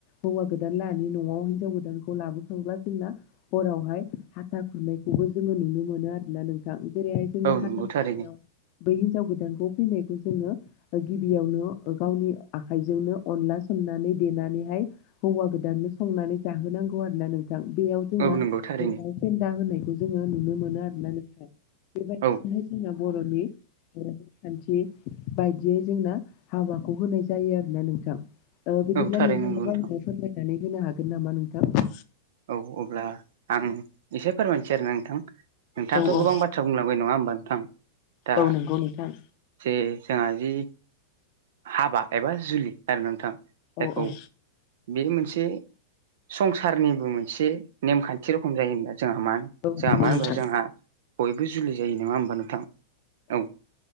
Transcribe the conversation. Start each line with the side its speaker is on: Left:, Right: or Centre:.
Left: हौवा गोदान लानि न'आव हिनजाव गोदानखौ लाबोखांब्ला जोंना हरावहाय हाथा खुरनायखौबो जोङो नुनो मोनो आरोना नोंथां जेरैहाय जोङो
Right: औ
Left: हाथा
Right: नंगौ
Left: खुरनायाव
Right: थारैनो
Left: बै हिनजाव गोदानखौ फैनायखौ जोङो गिबियावनो गावनि आखाइजोंनो अनला सोमनानै देनानैहाय हौवा गोदाननो संनानै जाहोनांगौ आरो ना नोंथां बेयाव जोंना
Right: औ नंगौ थारैनो
Left: दाउ फेन्दा होनायखौ जोङो नुनो मोनो आरो ना नोंथा बेबायदिनो
Right: औ
Left: जोंना बर'नि बर'निखान्थियै बायदियै जोंना हाबाखौ होनाय जायो आरोना नोंथां बिदिब्ला
Right: औ थारैनो
Left: नोंथाङाबो
Right: नंगौ नोंथां
Left: आंनो फोरमायनानै होनो हागोन नामा नोंथां
Right: औ अब्ला आं एसे फोरमायसै आरोना नोंथां नोंथाङाथ'
Left: औ
Right: गोबां
Left: औ
Right: बाथ्रा बुंलांबाय नङाोमबा नोंथां दा
Left: औ नंगौ नोंथां
Right: जे जोंहा जि हाबा एबा जुलि आरो नोंथां जायखौ
Left: औ औ
Right: बे मोनसे संसारनि मोनसे नेमखान्थि रोखम जायोबा जोंहा म जोंहा
Left: औ नंगौ
Right: मानो
Left: नोंथां
Right: होनबा जोंहा बयबो जुलि जायो नङा होमबा नोंथां औ